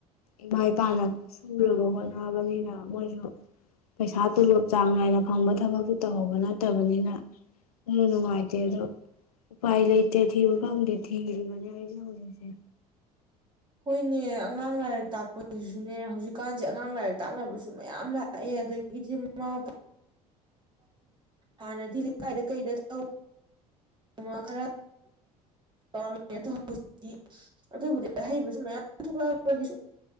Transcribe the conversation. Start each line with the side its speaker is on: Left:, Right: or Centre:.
Left: ꯏꯃꯥ ꯏꯄꯥꯅ ꯁꯨꯔꯕ ꯍꯣꯠꯅꯕꯅꯤꯅ ꯃꯣꯏꯁꯨ ꯄꯩꯁꯥ ꯇꯣꯂꯣꯞ ꯆꯥꯡ ꯅꯥꯏꯅ ꯐꯪꯕ ꯊꯕꯛꯇꯨ ꯇꯧꯍꯧꯕ ꯅꯠꯇꯕꯅꯤꯅ ꯌꯥꯝꯅ ꯅꯨꯡꯉꯥꯏꯇꯦ ꯑꯗꯨ ꯎꯄꯥꯏ ꯂꯩꯇꯦ ꯊꯤꯕ ꯐꯪꯗꯦ ꯊꯤꯔꯤꯕꯅꯤ ꯑꯩꯁꯦ ꯍꯧꯖꯤꯛꯁꯦ
Right: ꯍꯣꯏꯅꯦ ꯑꯉꯥꯡ ꯂꯥꯏꯔꯤꯛ ꯇꯥꯛꯄꯁꯤꯁꯨꯅꯦ ꯍꯧꯖꯤꯛꯀꯥꯟꯁꯦ ꯑꯉꯥꯡ ꯂꯥꯏꯔꯤꯛ ꯇꯥꯛꯅꯕꯁꯨ ꯃꯌꯥꯝ ꯂꯥꯛꯑꯦ ꯑꯗꯒꯤꯗꯤ ꯃꯃꯥ ꯃꯄꯥ ꯍꯥꯟꯅꯗꯤ ꯂꯩꯀꯥꯏꯗ ꯀꯩꯗ ꯇꯧ ꯃ ꯈꯔ ꯔꯝ ꯑꯣ ꯍꯧꯖꯤꯛꯇꯤ ꯑꯗꯨꯕꯨꯗꯤ ꯑꯍꯩꯕꯁꯨ ꯃꯌꯥꯝ ꯊꯣꯛꯂꯛꯄꯒꯤ